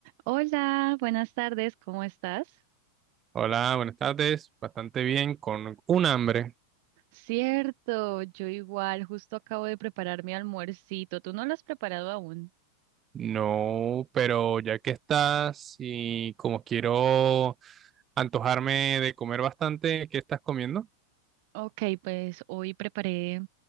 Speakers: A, on the right (about 45°); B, on the right (about 25°).
A: Hola, buenas tardes, ¿cómo estás?
B: Hola, buenas tardes. Bastante bien, con un hambre.
A: Cierto, yo igual, justo acabo de preparar mi almuercito. ¿Tú no lo has preparado aún?
B: No, pero ya que estás y como quiero antojarme de comer bastante, ¿qué estás comiendo?
A: Ok, pues hoy preparé